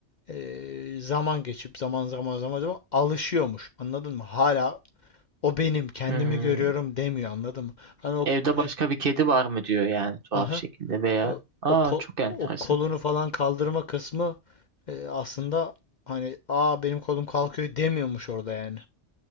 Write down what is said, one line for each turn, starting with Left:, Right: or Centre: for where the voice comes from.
Left: e, zaman geçip zaman zaman zaman zaman alışıyormuş. Anladın mı? Hala o benim kendimi
Right: Hmm.
Left: görüyorum demiyor anladın mı? Hani o
Right: Evde
Left: böyle
Right: başka bir kedi var mı diyor yani tuhaf
Left: Aha.
Right: şekilde veya
Left: E,
Right: aa
Left: o ko-
Right: çok enteresan.
Left: o kolunu falan kaldırma kısmı e, aslında hani aa benim kolum kalkıyor demiyormuş orada yani.